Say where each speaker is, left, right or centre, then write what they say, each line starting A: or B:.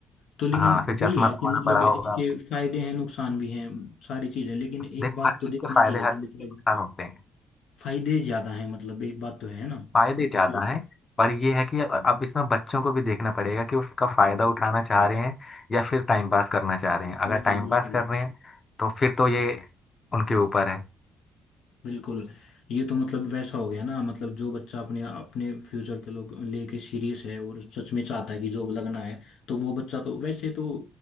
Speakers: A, on the left; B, on the left.
A: तो लेकिन
B: हाँ फिर चश्मा
A: वही है
B: दबाना
A: कि मतलब
B: पड़ा
A: इसके
B: होगा आपको
A: फायदे हैं नुकसान भी हैं सारी चीज़ें लेकिन एक
B: देखो
A: बात
B: हर
A: तो
B: चीज
A: देखने
B: के फायदे
A: की है कि
B: हर चीज
A: मतलब
B: के नुकसान होते हैं
A: फायदे ज़्यादा हैं मतलब एक बात तो है ना
B: फायदे
A: हम
B: ज्यादा
A: उसे-
B: हैं पर ये है कि अब इसमें बच्चों को भी देखना पड़ेगा कि उसका फायदा उठाना चाह रहे हैं या फिर टाइम पास करना चाह रहे हैं
A: बिल्कुल
B: अगर टाइम
A: बिल्कुल
B: पास कर रहे हैं तो फिर तो ये उनके ऊपर है
A: बिल्कुल ये तो मतलब वैसा हो गया ना मतलब जो बच्चा अपने अपने फ्यूचर के लोग लेके सीरियस है और सच में चाहता है कि जॉब लगना है तो वो बच्चा तो वैसे तो